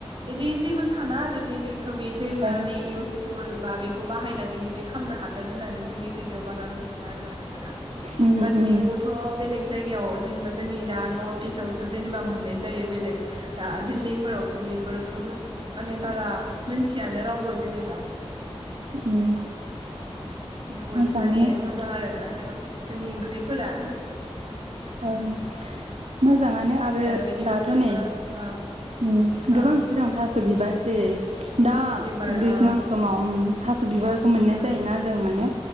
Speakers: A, on the right (about 50°); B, on the right (about 85°).
A: इदि जेबो साना आरो दि बेखौ बेथै
B: औ
A: माने इउसफुल बा बेखौ बाहायना नि बिब्दि खालामनो हागोन होननानै जोंनि जायगायाव बारा मिथिया आरो मानसिफोरा
B: उम उम
A: बाद बेखौ थ' बेलेग जायगायाव जेनेबा जोंनि दा नर्थ इस्टआवसो जेनेबा मोननाय जायो बेलेग दा दिल्लीफोरावथ' बेफोरखौ माने बारा मोनथियानो रावबो जेनेबा‌।
B: उम
A: बुहुद
B: मोजाङानो
A: माने मोजां आरो ना जों-जोंनि ओंख्रिफोरा। उम
B: ओं मोजाङानो आरो
A: बेनि
B: दाथ'
A: अनगायैबो
B: नै
A: ओ
B: उम गोबां
A: ओ
B: ओंख्रि दं। थास बिबारजो दा
A: थास' बिबार
B: दैज्लां
A: ओ
B: समाव थास' बिबारखौ मोननाय
A: उम
B: जायोना जों माने।